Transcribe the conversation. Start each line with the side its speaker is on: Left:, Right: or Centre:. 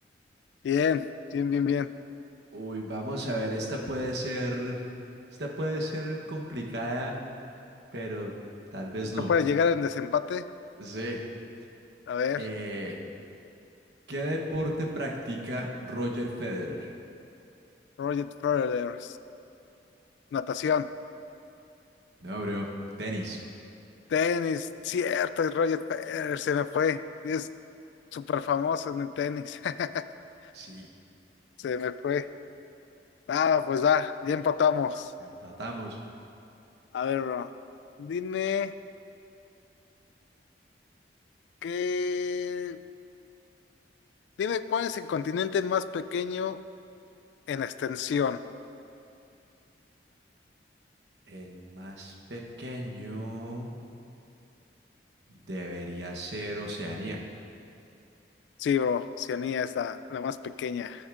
Left: bien, bien, bien, bien.
Right: Uy, vamos a ver, esta puede ser, esta puede ser complicada, pero tal vez
Left: Acá
Right: no.
Left: puede llegar en desempate.
Right: Sí.
Left: A ver,
Right: Eh, ¿qué deporte practica Roger Federer?
Left: Roger Federer. Natación.
Right: No, bro. Tenis.
Left: Tenis. Cierto, es Roger Federer se me fue. Y es súper famoso en el tenis. <laughs>
Right: Sí,
Left: Se me fue. Ah, pues va, ya empatamos.
Right: empatamos.
Left: A ver, bro. Dime qué. Dime cuál es el continente más pequeño en extensión.
Right: El más pequeño debería ser Oceanía.
Left: Sí, bro. Oceanía es la, la más pequeña.